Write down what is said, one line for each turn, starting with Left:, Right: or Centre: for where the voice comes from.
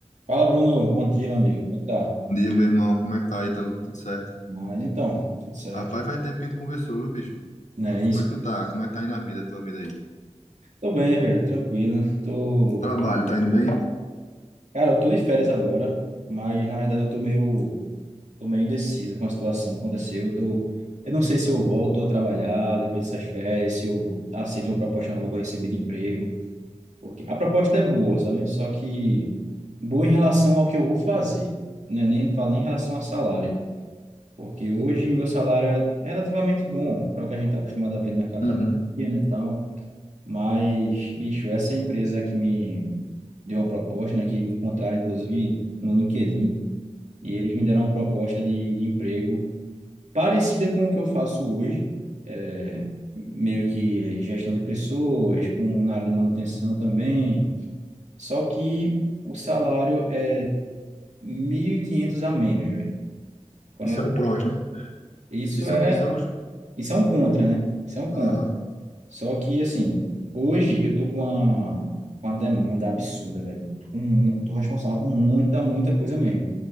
Right: Fala, Bruno. Bom dia, meu amigo. Como é que tá?
Left: Bom dia, meu irmão. Como é que tá, Ítalo? Tudo certo?
Right: Mas então, tudo certo.
Left: Rapaz, faz tempo que a gente conversou, viu, bicho?
Right: Não é isso?
Left: Como é que tu tá? Como é que tá indo a vida, a tua vida aí?
Right: Tô bem, velho. Tranquilo. Tô.
Left: O trabalho, tá indo bem?
Right: Cara, eu tô de férias agora, mas na verdade eu tô meio, tô meio indeciso com a situação que aconteceu. Eu tô... eu não sei se eu volto a trabalhar depois dessas férias, se eu aceito uma proposta nova que eu recebi de emprego. Porque a proposta é boa, sabe? Só que boa em relação ao que eu vou fazer. Não é nem, não falo nem em relação a salário. Porque hoje meu salário é relativamente bom para o que a gente está acostumado a ver no mercado
Left: Uhum.
Right: de trabalho, aqui, né, e tal. Mas, bicho, essa empresa que me deu uma proposta, né, que me encontraram inclusive no LinkedIn, e eles me deram uma proposta de, de emprego parecida com o que eu faço hoje, é, meio que gestão de pessoas, com na área de manutenção também. Só que o salário é 1.500 a menos, velho. Quando
Left: Isso
Right: eu-
Left: é o prós, né?
Right: isso
Left: Isso
Right: é,
Left: é, isso é os-
Right: isso é um contra,
Left: o...
Right: né? Isso é um contra.
Left: Aham.
Right: Só que, assim, hoje eu tô com uma, com uma demanda absurda, velho. Com mu- Tô responsável por muita, muita coisa mesmo.